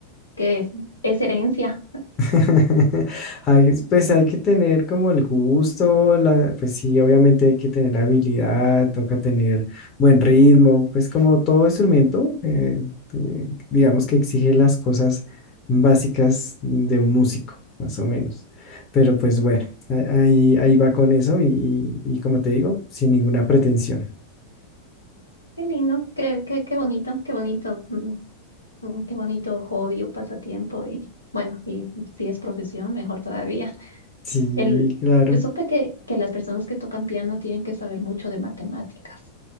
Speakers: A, on the left; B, on the left.
A: que es herencia.
B: <laughs> Hay- pues hay que tener como el gusto, la- pues sí, obviamente hay que tener habilidad, toca tener buen ritmo, pues como todo instrumento, eh, eh, digamos que exige las cosas básicas de un músico, más o menos. Pero pues bueno, a- ahí, ahí va con eso y, y y como te digo, sin ninguna pretensión.
A: Qué lindo, qué, qué, qué bonito, qué bonito, mm, mm, qué bonito hobby o pasatiempo. Y bueno, y si es profesión, mejor todavía.
B: Sí,
A: El,
B: claro.
A: supe que, que las personas que tocan piano tienen que saber mucho de matemáticas.